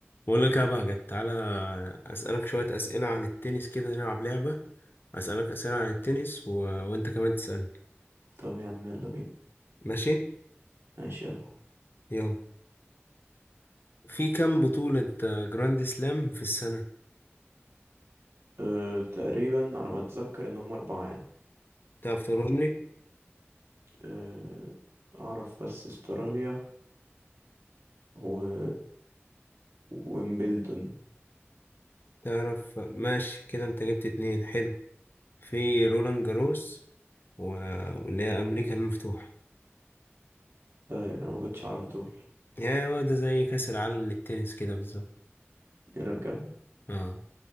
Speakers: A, on the left; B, on the right.
A: بقول لك يا بهجت تعالى أسألك شوية أسئلة عن التنس كده نلعب لعبة أسألك أسئلة عن التنس و... وأنت كمان تسألني
B: طب يا عم يلا بينا
A: ماشي
B: ماشي يلا
A: يلا في كام بطولة آه، جراند سلام في السنة
B: أه تقريبا على ما اتذكر ان هم اربعة يعني
A: تعرف تقولهم لي
B: أه اعرف بس استراليا و... ويمبلدون
A: تعرف ماشي كده أنت جبت اتنين حلو في رولان جاروس و... واللي هي أمريكا المفتوحة
B: طيب انا ما كنتش اعرف دول
A: يعني هو ده زي كأس العالم للتنس كده بالظبط
B: ايه ده بجد
A: اه